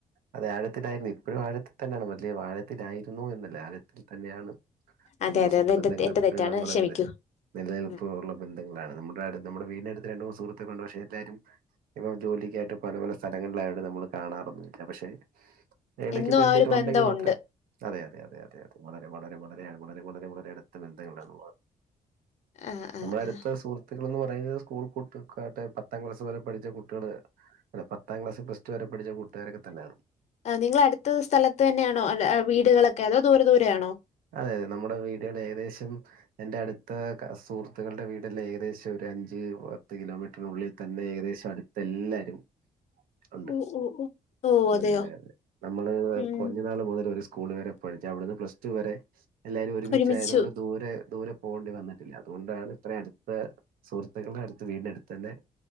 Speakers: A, on the right; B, on the left.
A: അതെ ആഴത്തിലായിരുന്നു ഇപ്പോഴും ആഴത്തിൽ തന്നെയാണ് വലിയ ആഴത്തിലായിരുന്നു എന്നല്ലേ ആഴത്തിൽ തന്നെയാണ്
B: അതെ
A: നമ്മുടെ
B: അതെ
A: <unintelligible>
B: അത് എന്റെ എന്റെ
A: എപ്പോഴും
B: തെറ്റാണ്
A: നമ്മുടെ
B: ക്ഷമിക്കൂ
A: നില നിലനിൽപ്പ്
B: ഉം
A: ഉള്ള ബന്ധങ്ങളാണ് നമ്മുടെ നമ്മുടെ വീടിനടുത്ത് രണ്ട് മൂന്ന് സുഹൃത്തുക്കൾ ഉണ്ട് പക്ഷേ എല്ലാരും ഇപ്പൊ ജോലിക്കായിട്ട് പലപല സ്ഥലങ്ങളിലായിട്ട് നമ്മള് കാണാറൊന്നില്ല പക്ഷെ ഇടക്ക്
B: എന്നും
A: ഇപ്പൊ
B: ആ
A: എന്തേലും
B: ഒരു ബന്ധം
A: ഉണ്ടെങ്കി മാത്രമേ
B: ഉണ്ട്
A: അതെ അതെ അതെ അതെ വളരെ വളരെ വളരെ വളരെ വളരെ അടുത്ത ബന്ധങ്ങളാണ് <unintelligible>
B: ആഹ് ആഹ്
A: നമ്മുടെ അടുത്ത
B: ആഹ്
A: സുഹൃത്ത് സുഹൃത്തുക്കളെന്ന് പറയുന്നത് സ്കൂൾ <unintelligible> പത്താം ക്ലാസ് വരെ പഠിച്ച കുട്ടികള് പത്താം ക്ലാസ്സ് പ്ലസ്ടു വരെ പഠിച്ച കൂട്ടുകാരൊക്കെ തന്നെയാണ്
B: ആഹ് നിങ്ങൾ അടുത്ത സ്ഥലത്ത് തന്നെയാണോ വീടുകളൊക്കെ അതോ ദൂരെ ദൂരെ ആണോ
A: അതെ അതെ നമ്മുടെ വീടുകൾ ഏകദേശം എന്റെ അടുത്ത സുഹൃത്തുക്കളുടെ വീടെല്ലാം ഏകദേശം ഒരു അഞ്ച് പത്ത് കിലോമീറ്ററിനുള്ളിൽ തന്നെ ഏകദേശം അടുത്ത് എല്ലാരും ഉണ്ട്
B: ഓഹ് ഓഹ് ഓഹ് ഓ
A: അതെ
B: അതെയോ
A: അതെ അതെ നമ്മള്
B: ഉം
A: കുഞ്ഞ് നാൾ മുതൽ ഒരു സ്കൂൾ വരെ പഠിച്ച അവിടുന്ന് പ്ലസ്ടു വരെ എല്ലാവരും ഒരുമിച്ചായതുകൊണ്ട്
B: ഒരുമിച്ചു
A: ദൂരെ ദൂരെ പോകേണ്ടി വന്നിട്ടില്ല അതുകൊണ്ടാണ് ഇത്രയും അടുത്ത സുഹൃത്തുക്കളുടെ അടുത്ത് വീടിന്റെ അടുത്ത് തന്നെ